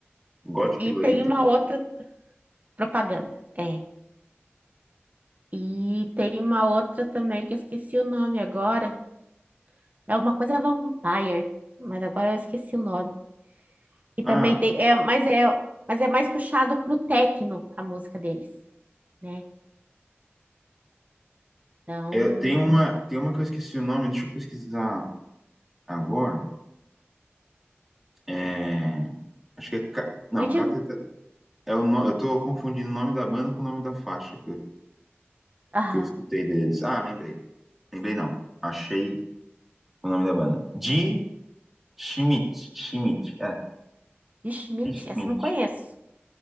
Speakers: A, in the centre; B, on the right.
A: Gothic
B: E
A: Lolita.
B: tem uma
A: pô.
B: outra Propaganda, é. E tem uma outra também que eu esqueci o nome agora. É alguma coisa Vampire, mas agora eu esqueci o nome. E
A: Ah,
B: também tem, é, mas é, mas é mais puxado pro techno a música deles, né? Então,
A: eu, tem uma, tem uma que eu esqueci o nome, deixa eu pesquisar agora. É, acho que é. Ca- Não,
B: Ritmo,
A: Cateta. É o no... Eu tô confundindo o nome da banda com o nome da faixa que eu,
B: aham,
A: que eu escutei deles. Ah, lembrei. Lembrei não. Achei o nome da banda. De Schmidt. Schmidt. É,
B: de Schmidt,
A: de Schmidt.
B: essa eu não conheço.